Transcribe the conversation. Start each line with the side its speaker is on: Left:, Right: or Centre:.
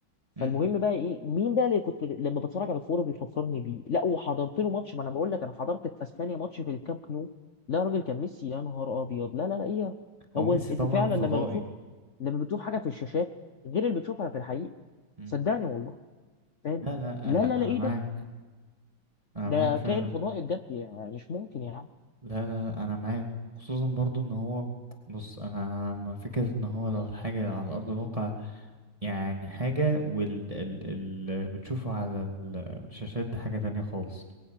Right: امم
Left: فالمهم بقى ايه مين ده اللي كنت لما بتفرج على الكوره بيفكرني بيه لا وحضرت له ماتش ما انا بقول لك انا حضرت في اسبانيا ماتش في الكامب نو لا يا راجل كان ميسي يا نهار ابيض لا لا لا ايه
Right: هو
Left: هو
Right: ميسي
Left: انت أنت
Right: طبعا
Left: فعلا
Right: فضائي
Left: لما بتشوف لما بتشوف حاجه في الشاشات غير اللي بتشوفها في الحقيقه
Right: امم
Left: صدقني والله فاهم
Right: لا لا
Left: لا
Right: لا
Left: لا لا
Right: أنا
Left: ايه
Right: معاك
Left: ده
Right: أنا
Left: ده
Right: معاك
Left: كائن
Right: فعلا
Left: فضائي بجد يعني مش ممكن يا عم
Right: لا لا لا انا معاك وخصوصا برضو ان هو بص انا مع فكرة ان هو لو الحاجة على ارض الواقع يعني حاجة وال ال ال بتشوفه على الشاشات دي حاجة تانية خالص